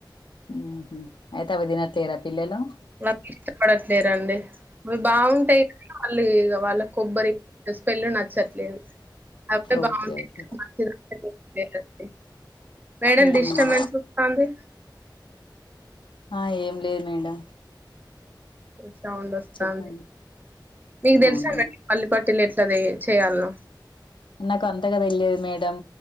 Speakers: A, on the left (about 85°); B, on the right (about 25°).
A: ఉమ్ హ్మ్మ్ అయితే అవి తినట్లేదా పిల్లలు
B: నాకు ఇష్టపడట్లేరండి అవి బాగుంటాయి వాళ్ళు ఇగ వాళ్ళకికా కొబ్బరి స్మెల్ నచ్చట్లేదు అపుడే బాగుటాయి
A: ఓకే ఓకే
B: మంచిగుంటాయి మేడం
A: ఉమ్
B: డిస్టర్బెన్స్ వస్తుంది
A: ఆ ఏం లేదు మేడం
B: <inaudible> సౌండ్ వస్తాది
A: చెప్పండి
B: మీకు తెలుసా
A: అవునా
B: అండి పల్లిపట్టిలు ఎట్ తది చేయాలన
A: నాకు అంతగా తెలియదు మేడం